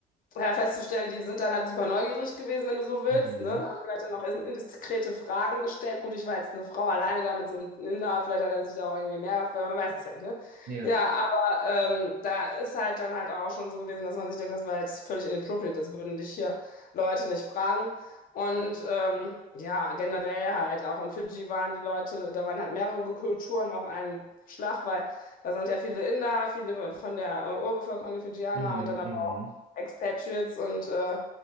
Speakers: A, on the left; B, on the right.
A: ja, festzustellen, die sind dann halt super neugierig gewesen, wenn du so willst,
B: Mhm.
A: ne? Haben vielleicht dann auch erst indiskrete Fragen gestellt. Gut, ich war jetzt eine Frau alleine da mit so einem Inder, vielleicht hat er sich da auch irgendwie mehr, weil man weiß es ja nicht, ne?
B: Ja.
A: Ja, aber ähm, da ist halt dann halt auch schon so gewesen, dass man sich denkt, das war jetzt völlig inappropriate, das würden dich hier Leute nicht fragen. Und ähm, ja, generell halt auch in Fidschi waren die Leute, da waren halt mehrere Kulturen auf einen Schlag, weil da sind ja viele Inder, viele von der äh, Urbevölkerung, die Fidschianer
B: Mhm,
A: und dann aber
B: mhm.
A: auch Expatriates und äh,